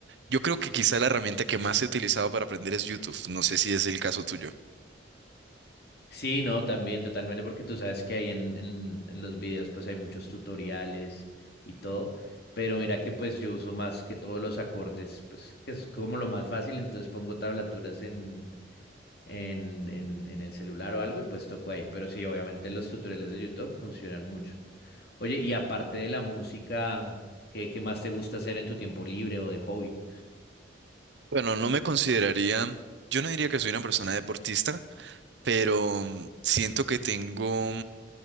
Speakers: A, on the right (about 65°); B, on the left (about 55°).
A: Yo creo que quizá la herramienta que más he utilizado para aprender es YouTube. No sé si es el caso tuyo.
B: Sí, no, también totalmente, porque tú sabes que ahí en, en, en los videos pues hay muchos tutoriales y todo, pero mira que pues yo uso más que todos los acordes, pues que es como lo más fácil, entonces pongo tablaturas en, en, en, en el celular o algo y pues toco ahí, pero sí, obviamente los tutoriales de YouTube funcionan mucho. Oye, y aparte de la música, ¿qué, qué más te gusta hacer en tu tiempo libre o de hobby?
A: Bueno, no me consideraría, yo no diría que soy una persona deportista. pero mm, siento que tengo,